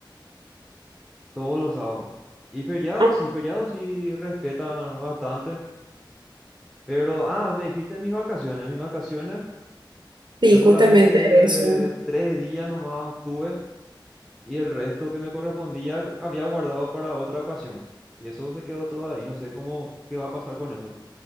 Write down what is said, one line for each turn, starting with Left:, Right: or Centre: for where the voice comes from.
Centre: todos los sábados. Y feriados,
Right: Ah,
Centre: sí, feriados sí respetan bastante. Pero, ah, me dijiste mis vacaciones. Mis vacaciones
Right: Sí,
Centre: Yo
Right: justamente
Centre: solamente
Right: eso.
Centre: tres días nomás tuve y el resto que me correspondía había guardado para otra ocasión. Y eso se quedó todo ahí, no sé cómo, qué va a pasar con eso.